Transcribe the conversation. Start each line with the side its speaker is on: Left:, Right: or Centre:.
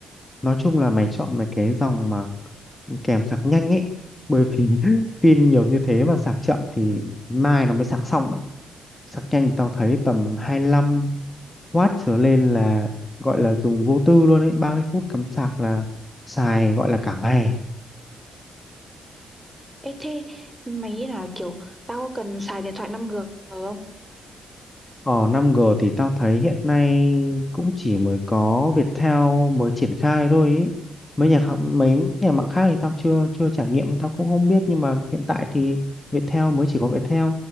Left: nói chung là mày chọn mấy cái dòng mà kèm sạc nhanh ấy. Bởi vì <laughs> pin nhiều như thế mà sạc chậm thì mai nó mới sạc xong ấy. Sạc nhanh tao thấy tầm hai lăm watt trở lên là gọi là dùng vô tư luôn ấy. ba mươi phút cắm sạc là xài gọi là cả ngày.
Centre: Ê thế mày nghĩ là kiểu tao có cần xài điện thoại năm g không?
Left: Ờ 5G thì tao thấy hiện nay cũng chỉ mới có Viettel mới triển khai thôi ý. Mấy nhà khác, mấy nhà mạng khác thì tao chưa chưa trải nghiệm nên tao cũng không biết nhưng mà hiện tại thì Viettel mới chỉ có Viettel